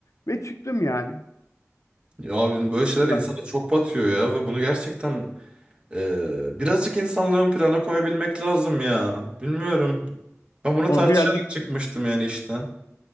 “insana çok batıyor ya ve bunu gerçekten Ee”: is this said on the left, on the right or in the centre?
Right